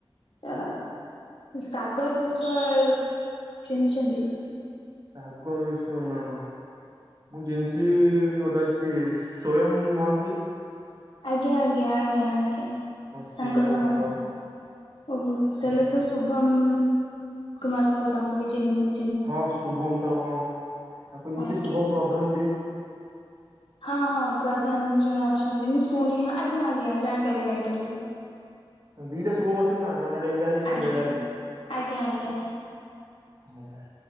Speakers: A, on the left; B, on the right.
A: ତା ସାଗର ବିଶ୍ଵାଳ ଚିହ୍ନିଛନ୍ତି?
B: ସାଗର ବିଶ୍ୱାଳ ନା ନା ମୁଁ ଜିଣିଛିି ଗୋଟେ ଅଛି ସ୍ଵୟଂ ମହାନ୍ତି
A: ଆଞା ଆଞା ଆଞା ଆଞା
B: ହଁ ସିଏ
A: ତାଙ୍କ
B: ମୋ
A: ସ <unintelligible>
B: ସାଙ୍ଗ
A: ଓହୋ ତାହେଲେ ତ ଶୁଭମ କୁମାର ସାହୁ ତାଙ୍କୁ ବି ଚିହ୍ନି ବେ
B: ହଁ ଶୁଭମ ସାହୁ ହଁ ତାକୁ ଏମତି
A: ଆଜ୍ଞା।
B: ଶୁଭମ ପ୍ରଧାନ ବି
A: ହଁ ହଁ ପ୍ରଧାନ ବି ଜଣେ ଅଛନ୍ତି ମୁଁ ଶୁଣି ଆଜ୍ଞା ଆଜ୍ଞା ଜାଣିପାରିଲି ଜାଣିପାରିଲି
B: ଦିଟା ଶୁଭମ ଅଛନ୍ତି ନା ଜଣେ ଡେଙ୍ଗା ହେଇକି ଜଣେ
A: ଆଜ୍ଞା
B: ଗେଡା ହେଇକି
A: ଆଜ୍ଞା ଆଜ୍ଞା।
B: ହଁ <unintelligible> ବାଏ